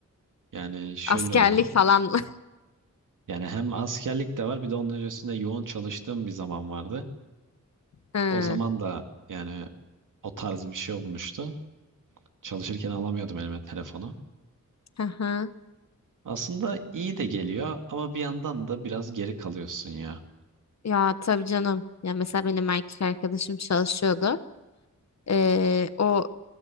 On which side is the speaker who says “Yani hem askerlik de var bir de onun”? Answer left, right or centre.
Right